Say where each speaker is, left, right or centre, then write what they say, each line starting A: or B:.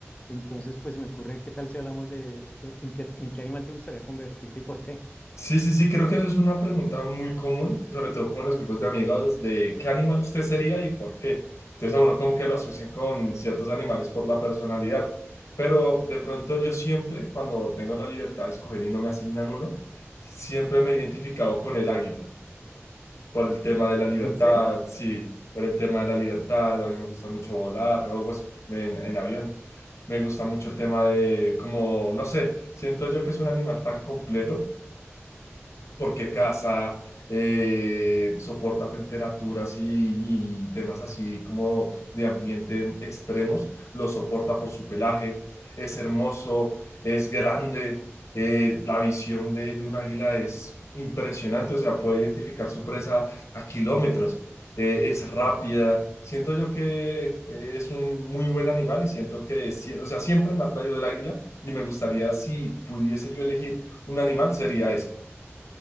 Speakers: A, on the left (about 30°); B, on the left (about 75°).
A: Entonces, pues se me ocurre, ¿qué tal si hablamos de eh, en qué, en qué animal te gustaría convertirte y por qué?
B: Sí, sí, sí, creo que eso es una pregunta muy común, sobre todo como en los grupos de amigos, de qué animal usted sería y por qué. Entonces a uno como que lo asocian con ciertos animales por la personalidad. Pero de pronto yo siempre, cuando tengo la libertad de escoger y no me asignan uno, siempre me he identificado con el águila. por el tema de la libertad,
A: ¿En serio?
B: sí, por el tema de la libertad, a mí me gusta mucho volar, o pues en, en avión, me gusta mucho el tema de, como, no sé, siento yo que es un animal tan completo porque casa, eh, soporta temperaturas y, y temas así como de ambiente extremos, lo soporta por su pelaje, es hermoso, es grande, eh, la visión de, de un águila es impresionante, o sea, puede identificar su presa a kilómetros, eh, es rápida. Siento yo que eh, es un muy buen animal y siento que, sie- o sea, siempre me ha traído el águila y me gustaría, si pudiese yo elegir un animal, sería ese.